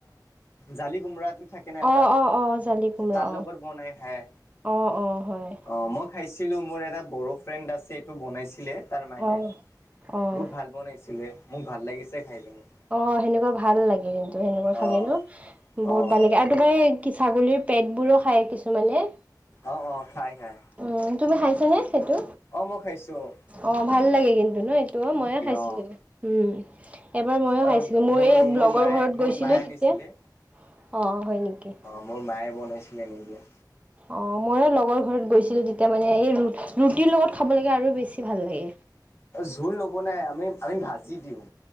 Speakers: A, on the left; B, on the right.
A: জালি কোমৰাটো থাকে না এটা,
B: অ', অ', অ', জালি কোমৰা
A: তাৰ লগত
B: অ',
A: বনাই খাই।
B: অ', অ', হয়।
A: অ মই খাইছিলোঁ, মোৰ এটা বড়' ফ্ৰেণ্ড আছে। এইটো বনাইছিলে তাৰ মাইৰে।
B: অঁ
A: বহুত
B: অঁ
A: ভাল বনাইছিলে, মোক ভাল লাগিছে খাই পিনি। তা
B: অ সেনেকুৱা ভাল লাগে কিন্তু সেনেকুৱা খালে
A: অ',
B: ন বহুত
A: অ',
B: ভাল লাগে তোমাৰ এই ছাগলীৰ পেটবোৰো খায় কিছুমানে
A: অ অ খাই খাই
B: উ তুমি খাইছ নে সেইটো
A: অ মই খাইছো অ
B: অ ভাল লাগে কিন্তু ন এইটো মইয়ে খাইছিলো
A: অ',
B: উম এবাৰ ময়ো
A: অ',
B: খাইছিলো মোৰ এই লগৰ
A: মায়ে
B: ঘৰত
A: মোৰ
B: গৈছিলো
A: মায়ে আনিছিলে
B: তেতিয়া অ হয় নেকি
A: অ মোৰ মায়ে বনাইছিলে এনেকৈ
B: অ মইয়ে লগৰ ঘৰত গৈছিলো তেতিয়া মানে এই ৰুটিৰ লগত খাবলৈকে আৰু বেছি ভাল লাগে
A: জোল নব নাই আমি আমি ভাজি দিওঁ